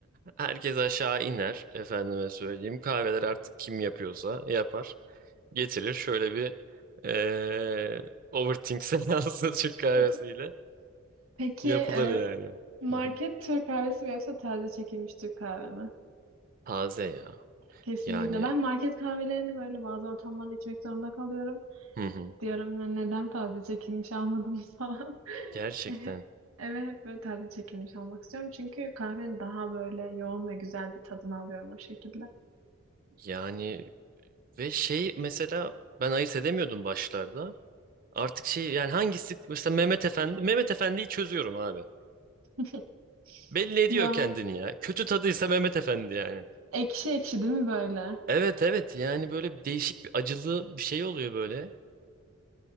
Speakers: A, on the right (about 40°); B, on the right (about 70°).
A: Herkes aşağı iner. Efendime söyleyeyim. Kahveler artık kim yapıyorsa yapar. Getirir şöyle bir eee overthink <laughs> seansı Türk kahvesiyle
B: <laughs> Peki
A: yapılır
B: e,
A: yani.
B: market
A: Hı hı.
B: Türk kahvesi mi yoksa taze çekilmiş Türk kahve mi?
A: Taze ya.
B: Kesinlikle.
A: Yani
B: Ben market kahvelerini böyle bazı ortamlarda içmek zorunda kalıyorum.
A: hı hı.
B: Diyorum ya neden taze çekilmiş almadınız <laughs> falan.
A: gerçekten
B: <laughs> Eve hep böyle taze çekilmiş almak istiyorum. Çünkü kahvenin daha böyle yoğun ve güzel bir tadını alıyorum o şekilde.
A: yani Ve şey mesela ben ayırt edemiyordum başlarda. Artık şey yani hangisi mesela Mehmet Efendi Mehmet Efendi'yi çözüyorum abi.
B: <laughs>
A: Belli ediyor
B: Ya
A: kendini ya. Kötü tadıysa Mehmet Efendi yani.
B: ekşi ekşi değil mi böyle?
A: Evet evet yani böyle bir değişik bir acılı bir şey oluyor böyle.